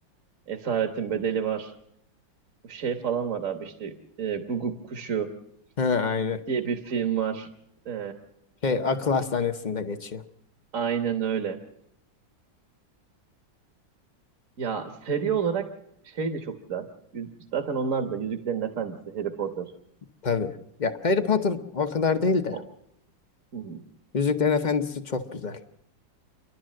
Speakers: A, on the right; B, on the left.
A: Esaretin Bedeli var. şey falan var abi işte e, Guguk Kuşu
B: Ha, aynen.
A: diye bir film var. E,
B: Şey akıl hastanesinde geçiyor.
A: aynen öyle. Ya seri olarak şey de çok güzel. Yüz- Zaten onlar da Yüzüklerin Efendisi, Harry Potter.
B: Tabii. Ya Harry Potter o kadar değil de.
A: O, Hı hı.
B: Yüzüklerin Efendisi çok güzel.